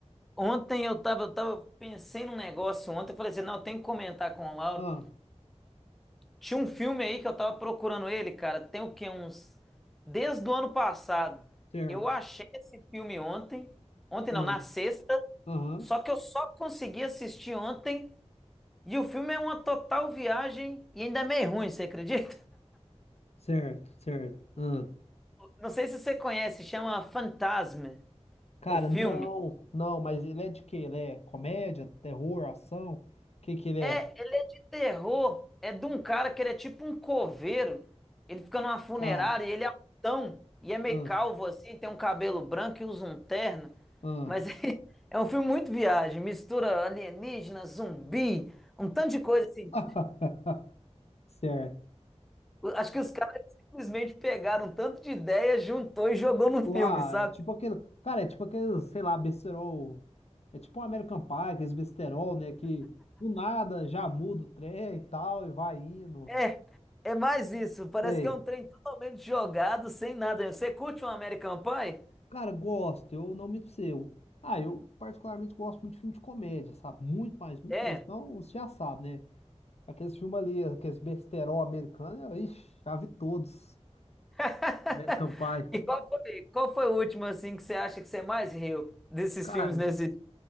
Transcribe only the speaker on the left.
Ah,
certo.
Ah,
aham.
Certo, certo. Ah.
Cara,
não, não, mas ele é de quê? Ele é comédia, terror, ação? O que que ele é?
Cara,
ah,
ah.
<laughs> Certo.
Lá,
é tipo aquele. Cara, é tipo aquele, sei lá, besterol. É tipo um American Pie, aqueles besterol, né? Que do nada já muda o trem e tal, e vai indo.
Sei.
Cara, gosto, eu não me seu. Ah, eu particularmente gosto muito de filme de comédia, sabe? Muito mais, muito
mesmo. Então, você já sabe, né? Aqueles filmes ali, aqueles besterol americanos, eu, ixi, já vi todos.
American Pie.
Cara,